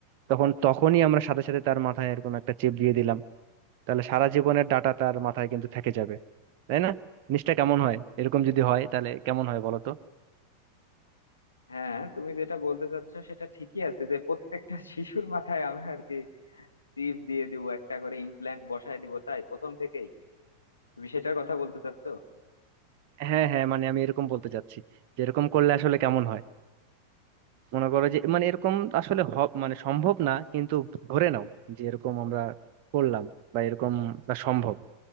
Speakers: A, on the right (about 45°); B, on the left (about 75°).
A: তখন তখনই আমরা সাথে সাথে তার মাথায় এরকম একটা চিপ দিয়ে দিলাম তাহলে সারা জীবনের ডাটা তার মাথায় কিন্তু থেকে যাবে তাই না জিনিসটা কেমন হয় এরকম যদি হয় তাহলে কেমন হয় বলো তো
B: হ্যাঁ তুমি যেটা বলতে চাচ্ছ সেটা ঠিকই আছে যে প্রত্যেকটা <laughs> শিশুর মাথায় আমরা আর কি চিপ দিয়ে দিব একটা করে ইমপ্ল্যান্ট বসায় দিব তাই প্রথম থেকেই তুমি সেটার কথা বলতে চাচ্ছ
A: হ্যাঁ হ্যাঁ মানে আমি এরকম বলতে চাচ্ছি যে এরকম করলে আসলে কেমন হয় মনে করো যে মানে এরকম আসলে হ- মানে সম্ভব না কিন্তু ধরে নাও যে এরকম আমরা করলাম বা এরকম বা সম্ভব